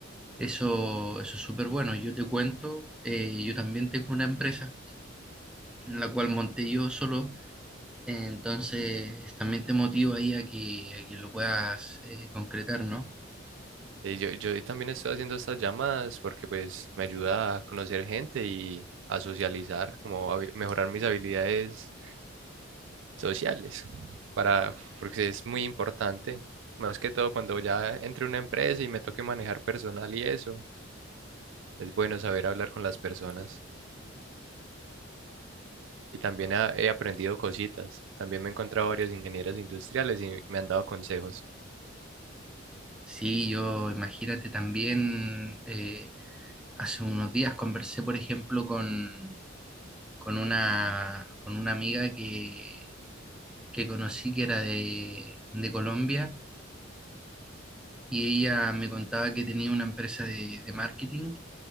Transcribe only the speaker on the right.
Y yo, yo también estoy haciendo estas llamadas porque pues me ayuda a conocer gente y a socializar, como a mejorar mis habilidades sociales, para, porque es muy importante, más que todo cuando ya entre una empresa y me toque manejar personal y eso. Es bueno saber hablar con las personas. Y también ha- he aprendido cositas. También me he encontrado varios ingenieros industriales y me han dado consejos.